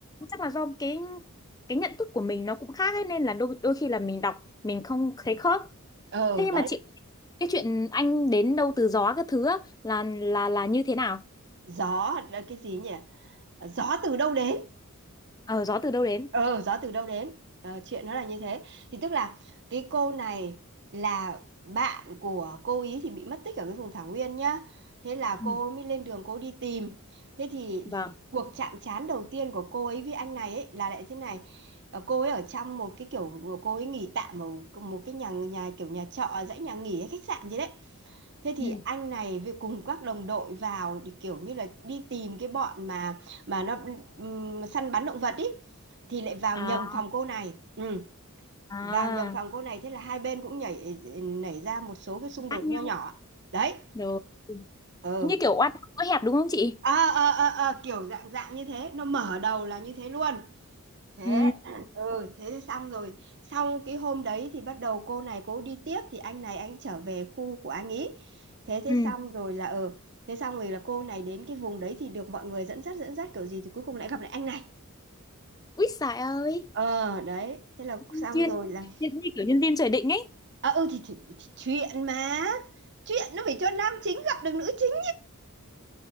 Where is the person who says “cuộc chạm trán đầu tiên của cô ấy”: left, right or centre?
Right